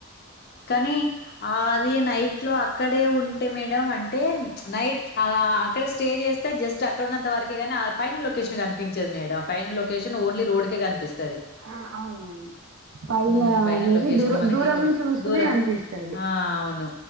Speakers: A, on the left; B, on the right.
A: కానీ ఆ అది నైట్ లో అక్కడే ఉంటే మేడం అంటే నైట్ అక్కడ స్టే చేస్తే జస్ట్ అక్కడన్నంత వరకే కాని, పైన లొకేషన్ కనిపించది మేడం పైన లొకేషన్ ఓన్లీ రోడ్ కే కనిపిస్
B: ఆ అవును అవును పైన
A: హ్మ్
B: అనేది
A: లొకేషన్
B: దూర
A: మనకి
B: దూరం నుంచి చూస్
A: దూరం
B: తుమే అనిపిస్తది
A: ఆ అవును